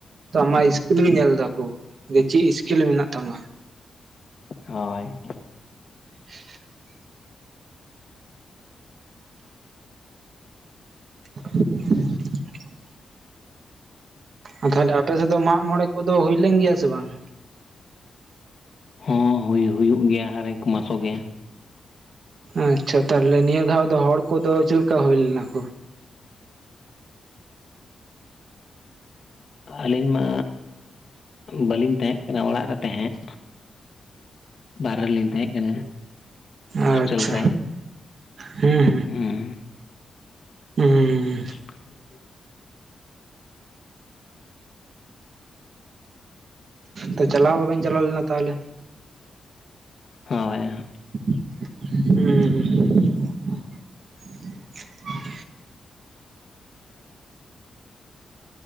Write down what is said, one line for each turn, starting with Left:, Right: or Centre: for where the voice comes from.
Right: ᱛᱚ ᱟᱢᱟᱜ ᱤᱥᱠᱤᱞ ᱜᱮ ᱧᱮᱞ ᱫᱟᱠᱩ ᱾ ᱡᱮ ᱪᱮᱫ ᱤᱥᱠᱤᱞ ᱢᱮᱱᱟᱜ ᱛᱟᱢᱟ᱾
Left: ᱦᱳᱭ᱾
Right: <unintelligible> <unintelligible> ᱟᱨ ᱛᱟᱦᱚᱞᱮ ᱟᱯᱮᱥᱮᱫ ᱫᱚ ᱢᱟᱜ ᱢᱚᱬᱮ ᱠᱚᱫᱚ ᱦᱩᱭ ᱞᱮᱱ ᱜᱮᱭᱟ ᱥᱮ ᱵᱟᱝ?
Left: ᱦᱚᱸ ᱦᱩᱭ ᱦᱩᱭᱩᱜ ᱜᱮᱭᱟ ᱦᱟᱨᱮᱠ ᱢᱟᱥᱚ ᱜᱮ᱾
Right: ᱟᱪᱷᱟ ᱛᱟᱦᱚᱞᱮ ᱱᱤᱭᱟᱹ ᱫᱷᱟᱣ ᱫᱚ ᱦᱚᱲ ᱠᱚᱫᱚ ᱪᱮᱫᱞᱮᱠᱟ ᱦᱩᱭ ᱞᱮᱱᱟ ᱠᱚ᱾
Left: ᱟᱹᱞᱤᱧ ᱢᱟ ᱵᱟᱹᱞᱤᱧ ᱛᱟᱦᱮᱸ ᱠᱟᱱᱟ ᱚᱲᱟᱜ ᱨᱮ ᱛᱟᱦᱮᱸᱫᱼᱼ ᱵᱟᱨᱦᱮ ᱨᱮᱞᱤᱧ ᱛᱟᱦᱮᱸ ᱠᱟᱱᱟ᱾ ᱦᱳᱥᱴᱮᱞ
Right: ᱟᱪᱷᱟ
Left: ᱨᱮ
Right: ᱦᱮᱸ-ᱦᱮᱸ᱾
Left: ᱦᱩᱸ
Right: ᱦᱩᱸ᱾
Left: <inaudible>
Right: ᱛᱚ ᱪᱟᱞᱟᱣ ᱵᱟᱵᱮᱱ ᱪᱟᱞᱟᱣ ᱞᱮᱱᱟ ᱛᱟᱦᱚᱞᱮ?
Left: ᱦᱳᱭ᱾
Right: ᱦᱩᱸ ᱦᱸ᱾